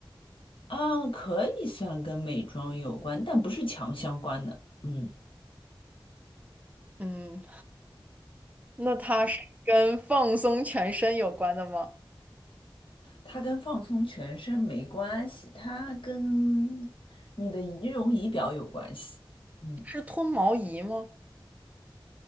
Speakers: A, on the left; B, on the right.
A: 啊，可以算跟美妆有关，但不是强相关的。嗯，
B: 嗯，那它是跟放松全身有关的吗？
A: 它跟放松全身没关系，它跟你的仪容仪表有关系。嗯，
B: 是脱毛仪吗？